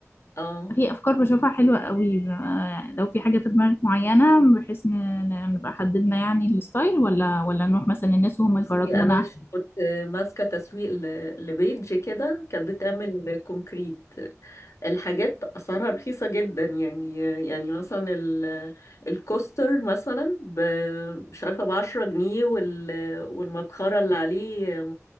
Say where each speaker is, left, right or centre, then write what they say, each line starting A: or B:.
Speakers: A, on the left; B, on the left.
A: اه
B: في افكار بشوفها حلوه قوي ب- يعني لو في حاجه في دماغك معينه بحيث ن- ن- نبقى حددنا يعني الستايل ولا ولا نروح مثلا للناس وهم
A: بصي
B: يفرجونا
A: انا ش- كنت ماسكه تسويق ل- لبيج كده كانت بتعمل كونكريت الحاجات اسعارها رخيصه جدا يعني يعني مثلا ال- الكوستر مثلا ب- مش عارفه ب 10 جنيه وال والمبخره اللي عليه